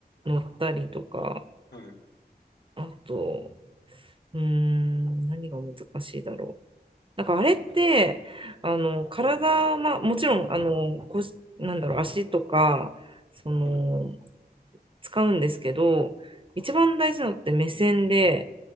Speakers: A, on the right (about 30°); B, on the left (about 80°).
A: 乗ったりとか、
B: はい、
A: あと、うーん、何が難しいだろう。なんかあれって、あの、体、
B: はい、
A: まあ、もちろん、あの、腰、なんだろう、足とか、その、
B: はい、
A: 使うんですけど、一番大事なのって目線で、